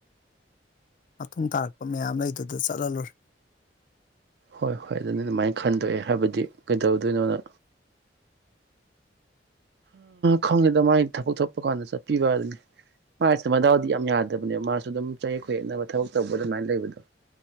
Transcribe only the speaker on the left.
ꯃꯇꯨꯡ ꯇꯥꯔꯛꯄ ꯃꯌꯥꯝ ꯂꯩꯗꯨꯗ ꯆꯠꯍꯜꯂꯨꯔꯦ